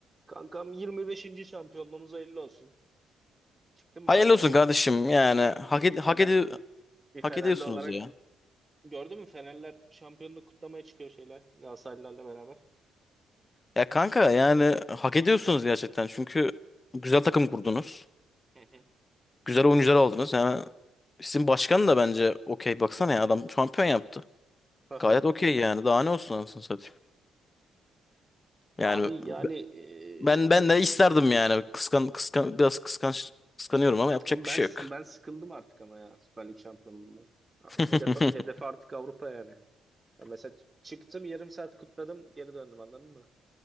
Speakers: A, on the right; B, on the left.
A: Kankam 25. şampiyonluğumuz hayırlı olsun. Çıktın
B: Hayırlı
A: bari sokağa?
B: olsun kardeşim yani
A: Bir,
B: hak
A: bir,
B: ed-
A: Fener,
B: hak edi-
A: bir
B: hak
A: Fenerli
B: ediyorsunuz
A: olarak
B: ya.
A: gördün mü Fenerler şampiyonluğu kutlamaya çıkıyor şeyler Galatasaraylılarla beraber.
B: Ya kanka yani hak ediyorsunuz gerçekten çünkü güzel takım kurdunuz.
A: Hı hı.
B: Güzel oyuncular aldınız. Yani sizin başkan da bence okey baksana ya adam şampiyon yaptı.
A: <laughs> Hı hı.
B: Gayet okey yani daha ne olsun anasını satayım. Yani
A: Abi yani eee,
B: ben ben de isterdim yani kıskan kıskan biraz kıskanç kıskanıyorum ama yapacak
A: ben
B: bir şey yok.
A: ben sıkıldım artık ama ya Süper Lig şampiyonluğundan.
B: <laughs>
A: Hedef, hedef artık Avrupa yani. Ya mesela çıktım yarım saat kutladım geri döndüm anladın mı?